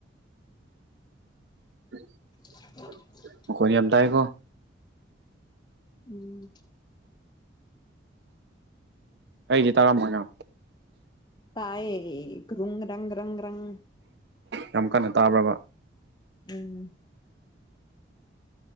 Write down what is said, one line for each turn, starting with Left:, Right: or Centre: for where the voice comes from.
Right: <inaudible>
Left: <unintelligible>
Right: ꯀꯣꯟ ꯌꯥꯝ ꯇꯥꯏꯀꯣ
Left: ꯎꯝ
Right: ꯑꯩꯗꯤ ꯇꯔꯥꯝ ꯃꯣꯏꯅ
Left: ꯇꯥꯌꯦ ꯒꯔꯨ ꯒꯔꯪ ꯒꯔꯪ ꯒꯔꯪ
Right: ꯌꯥꯝ ꯀꯟꯅ ꯇꯥꯕ꯭ꯔꯕ
Left: ꯎꯝ